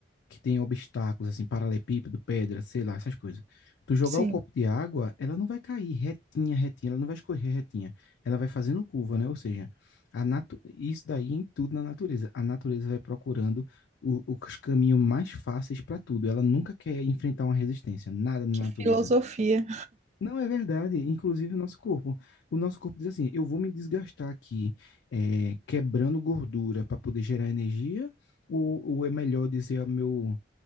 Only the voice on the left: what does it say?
que tem obstáculos, assim, paralelepípedo, pedra, sei lá, essas coisas. Tu jogar
o copo de água, ela não vai cair retinha, retinha, ela não vai escorrer retinha. Ela vai fazendo curva, né? Ou seja, a natu... isso daí em tudo na natureza. A natureza vai procurando o- os caminhos mais fáceis para tudo. Ela nunca quer enfrentar uma resistência, nada na
natureza.
Não é verdade, inclusive o nosso corpo. O nosso corpo diz assim: eu vou me desgastar aqui, eh, quebrando gordura para poder gerar energia, ou, ou é melhor dizer ao meu